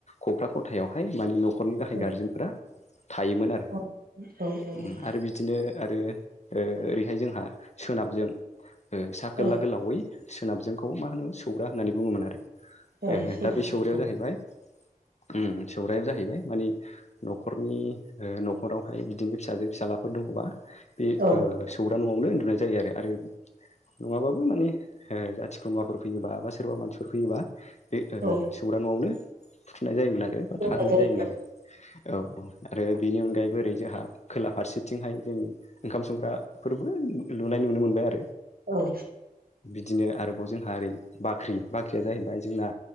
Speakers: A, on the left; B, on the right.
A: खफ्रा खथायावहाय माने न'खरनि गाहाय
B: औ
A: गारजेनफोरा थायोमोन आरो
B: औ औ औ
A: उम आरो बिदिनो आरो ओ ओरैहाय जोंहा सोनाबजों ओ सा खोला
B: औ
A: गोलावै सोनाबजोंखौ मा होनो सौरा होननानै बुङोमोन आरो
B: औ सनानै
A: दा बे सौरायाव
B: औ
A: जाहैबाय ओम सौरायाव जाहैबाय मानि न'खरनि ओ न'खराव फाय बिदिनो फिसाजो फिसालाफोर दङबा बे
B: औ
A: सौरा न'आवनो उन्दुनाय जायो आरो आरो नङाबाबो माने ओ जाथि खुरमाफोर फैयोबा बा सोरबा मानसिफोर फैयोबा बे ओ
B: औ
A: सौरा न'आवनो नाय जायोमोन आरो बा
B: दोननाय
A: थाहोनाय
B: जायो
A: जायोमोन आरो औ आरो बेनि अनगायैबो ओरै जाहा खोला फारसेथिंहाय जों ओंखाम संग्राफोरबो लुनाय नुनो मोनबाय आरो
B: औ
A: दिनो आरोबाव जोंहा ओरै बाख्रि बाख्रिया जाहैबाय जोंना